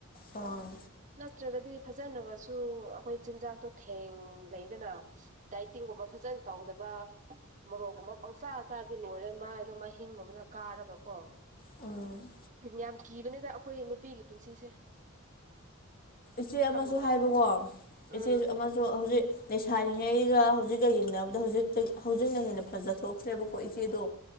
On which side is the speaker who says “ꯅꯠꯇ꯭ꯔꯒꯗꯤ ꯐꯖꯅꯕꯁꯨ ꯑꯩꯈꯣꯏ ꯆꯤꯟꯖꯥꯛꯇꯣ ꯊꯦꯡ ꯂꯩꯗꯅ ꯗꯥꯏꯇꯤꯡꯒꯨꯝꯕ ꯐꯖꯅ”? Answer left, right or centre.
Right